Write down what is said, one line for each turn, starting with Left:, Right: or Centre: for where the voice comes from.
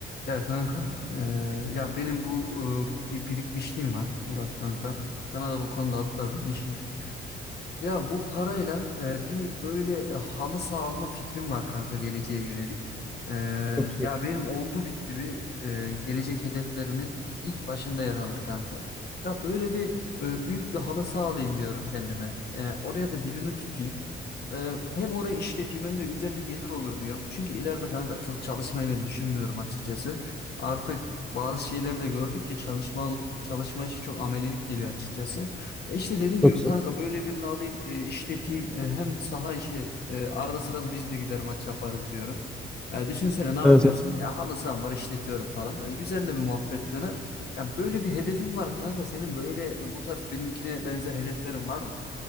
Left: Ya kanka, e, ya benim bu e, bir birikmişliğim var Murat kanka. Sana da bu konuda hatta danışayım. Ya bu parayla e, bir böyle e, halı saha alma fikrim var kanka geleceğe yönelik. E,
Centre: Çok güzel.
Left: ya benim oldu bitti bir e, gelecek hedeflerimin ilk başında yer alır kanka. Ya böyle bir e, büyük bir halı saha alayım diyorum kendime. E, oraya da birini tutayım. E, hem orayı işleteyim hem de güzel bir gelir olur diyorum. Çünkü ileride kanka çok çalışmayı ben düşünmüyorum açıkçası. Artık bazı şeyleri de gördükçe çalışmalık çalışma işi çok amelilik geliyor açıkçası. E İşte dediğim
Centre: Çok
Left: gibi
Centre: güzel.
Left: kanka böyle birini alayım e, işleteyim E, hem saha işi e, arada sırada biz de gider maç yaparız diyorum. E, düşünsene ne yapıyorsun?
Centre: Evet, evet.
Left: Ya halı saham var işletiyorum falan. E, güzel de bir muhabbet döner. Yani böyle bir hedefin var kanka senin böyle e, bu tarz benimkine benzer hedeflerin var mı?